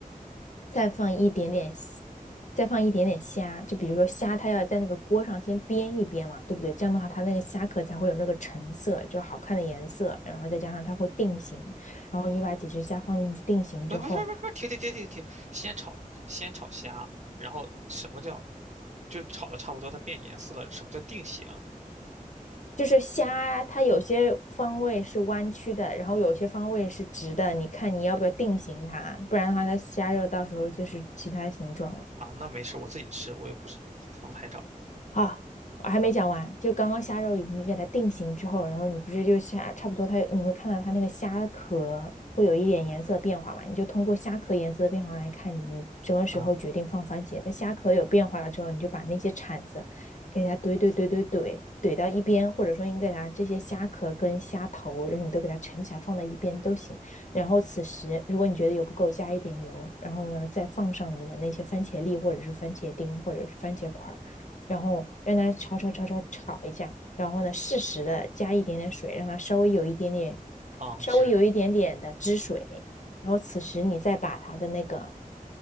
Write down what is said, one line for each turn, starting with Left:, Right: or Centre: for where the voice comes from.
Left: 再放一点点，再放一点点虾，就比如说虾，它要在那个锅上先煸一煸嘛，对不对？这样的话，它那个虾壳才会有那个橙色，就好看的颜色，然后再加上它会定型，然后你把几只虾放进去定型之后，
Right: 不不不不不，停停停停停，先炒先炒虾，然后什么叫就炒的差不多，它变颜色了，什么叫定型
Left: 就是虾，它有些方位是弯曲的，然后有些方位是直的，你看你要不要定型它，不然的话它虾肉到时候就是其他形状了。
Right: 啊？那没事，我自己吃，我又不是不拍照。
Left: 啊，我还没讲完，就刚刚虾肉你给它定型之后，然后你不是就虾差不多它你会看到它那个虾壳会有一点颜色变化嘛？你就通过虾壳颜色的变化来看你什么时候决定放番茄。
Right: 嗯
Left: 它虾壳有变化了之后，你就把那些铲子给它怼怼怼怼怼怼到一边，或者说你给它这些虾壳跟虾头，然后你都给它盛起来放在一边都行。然后此时如果你觉得油不够，加一点油，然后呢再放上你的那些番茄粒或者是番茄丁或者是番茄块。然后让它炒炒炒炒炒一下，然后呢适时的加一点点水，让它稍微有一点点，
Right: 嗯，
Left: 稍微有一点点的汁水，
Right: 只
Left: 然后此时你再把它的那个，